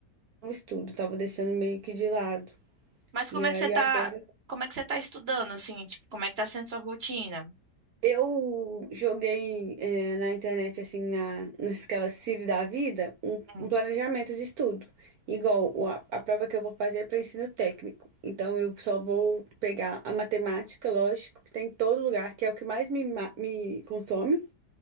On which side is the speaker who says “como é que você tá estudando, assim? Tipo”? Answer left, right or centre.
Right